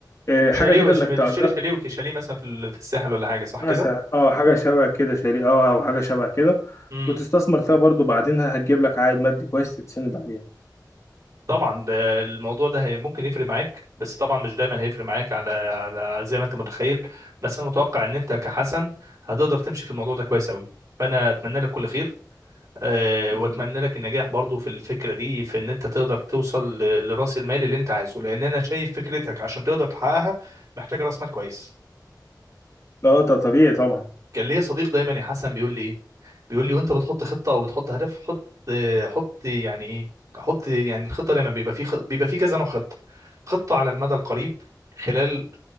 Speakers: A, on the left; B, on the right.
A: آه، حاجه
B: شاليه
A: كده
B: وش-
A: انك تأجرها
B: شاليه شاليه وك- شاليه مثلا في ال- في الساحل ولا حاجه صح
A: مثلا
B: كده
A: اه حاجه شبه كده شاليه اه او حاجه شبه كده
B: امم
A: وتستثمر فيها برضو بعدينها هتجيب لك عائد مادي كويس تتسند عليها
B: طبعا ده الموضوع ده هي- ممكن يفرق معاك بس طبعا مش دايما هيفرق معاك على على زي ما انت متخيل بس انا متوقع ان انت كحسن هتقدر تمشي في الموضوع ده كويس قوي فانا اتمنى لك كل خير أه
A: بإذن
B: واتمنى
A: الله.
B: لك النجاح برضو في الفكره دي في ان انت تقدر توصل ل- لراس المال اللي انت عايزه لان انا شايف فكرتك عشان تقدر تحققها محتاج راس مال كويس
A: لا ط- طبيعي طبعا
B: كان ليا صديق دايما يا حسن بيقول لي إيه؟ بيقول لي وانت بتحط خطه او بتحط هدف حط آه، حط يعني ايه حط يعني الخطه دايما بيبقى في خ... بيبقى في كذا نوع خطه خطه على المدى القريب خلال